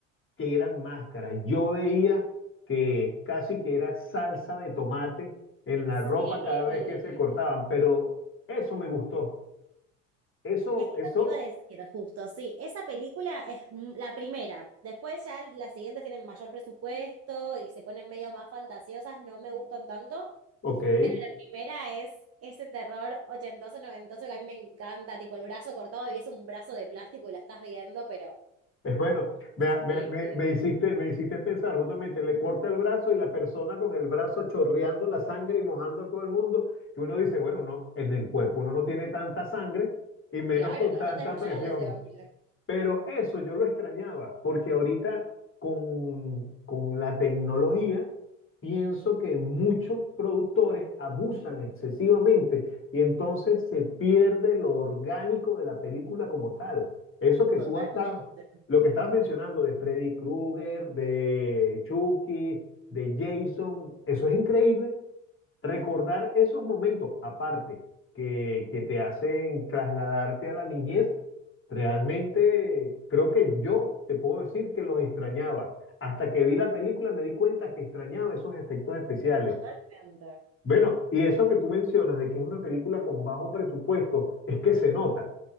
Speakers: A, on the left; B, on the right.
A: que eran máscaras, yo veía que casi que era salsa de tomate en la
B: Sí.
A: ropa cada vez que se cortaban, pero eso me gustó. Eso,
B: Es que eso
A: eso,
B: te iba a decir, justo, sí, esa película es mm, la primera, después ya las siguientes tienen mayor presupuesto y se ponen medio más fantasiosas, no me gustan tanto.
A: ok, es
B: La primera es ese terror ochentoso, noventoso que a mí me encanta, tipo el brazo cortado y es un brazo de plástico y la estás viendo, pero...
A: bueno. Me,
B: Sí,
A: me, me- me hiciste, me hiciste pensar, justamente, le corta el brazo y la persona con el brazo chorreando la sangre y mojando a todo el mundo, que uno dice, bueno, no, en el cuerpo uno no tiene tanta sangre y menos
B: claro,
A: con
B: ¿no?
A: tanta
B: Ya está desmayado
A: presión.
B: ese hombre.
A: Pero eso yo lo extrañaba, porque ahorita con, con la tecnología pienso que muchos productores abusan excesivamente y entonces se pierde lo orgánico de la película como tal. Eso que
B: Totalmente,
A: tú has dado, lo que estabas mencionando de Freddy Krueger, de Chucky, de Jason, eso es increíble Recordar esos momentos, aparte, que, que te hacen trasladarte a la niñez, realmente creo que yo te puedo decir que los extrañaba. Hasta que vi la película me di cuenta que extrañaba esos efectos especiales.
B: totalmente.
A: Bueno, y eso que tú mencionas de que es una película con bajo presupuesto, es que se nota,